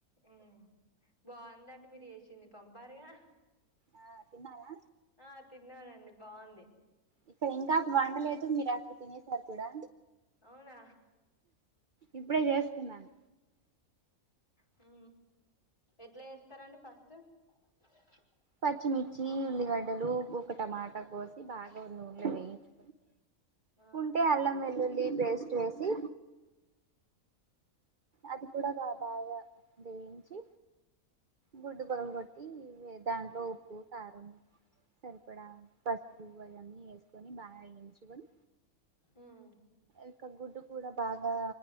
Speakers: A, on the left; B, on the right.
A: ఉ బాగుందండి మీరు చేసింది పంపారుగా
B: ఆ తిన్నావా
A: ఆ తిన్నానండి బాగుంది
B: ఇక్కడ ఇంకా వండలేదు మీరు అక్కడ తినేసారు కూడా
A: అవునా
B: ఇప్పుడే చేసుకున్నాను
A: హు ఎట్లా చేస్తారండి ఫస్ట్ అ
B: పచ్చిమిర్చి ఉల్లిగడ్డలు ఒక టమాటా కోసి బాగా నూనెలో వేయించి
A: ఆ
B: ఉంటే అల్లం వెల్లుల్లి పేస్ట్ వేసి అది కూడా గా బాగా వేయించి గుడ్డు
A: ఉమ్
B: పగలు కొట్టి వె దాంట్లో ఉప్పు కారం సరిపడా పసుపు అవి అన్నీ వేసుకొని బాగా వేయించుకొని
A: ఉమ్
B: ఇకా గుడ్డు కూడా బాగా